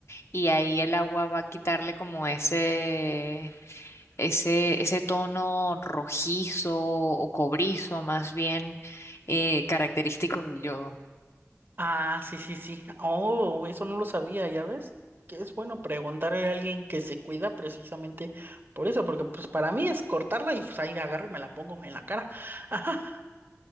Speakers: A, on the left; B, on the right.
A: y ahí el agua va a quitarle como ese, ese, ese tono rojizo o cobrizo más bien eh, característico del yodo.
B: Ah, sí, sí, sí. Oh, eso no lo sabía, ¿ya ves? Que es bueno preguntarle a alguien que se cuida precisamente por eso, porque pues para mí es cortarla y pues ahí agarro y me la pongo en la cara. <laughs>